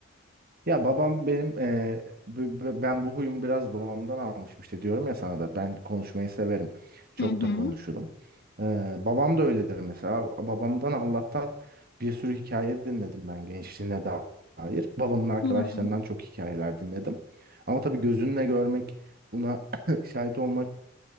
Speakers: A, on the right; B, on the left.
A: Ya babam benim eee, b- b- ben bu huyumu biraz babamdan almışım işte diyorum ya sana da ben konuşmayı severim. Çok
B: Hı hı.
A: da konuşurum. Eee, babam da öyledir mesela. Babamdan Allah'tan bir sürü hikaye dinledim ben gençliğine dair. Babamın arkadaşlarından
B: Hmm,
A: çok hikayeler dinledim. Ama tabii gözünle görmek, buna <clears throat> şahit olmak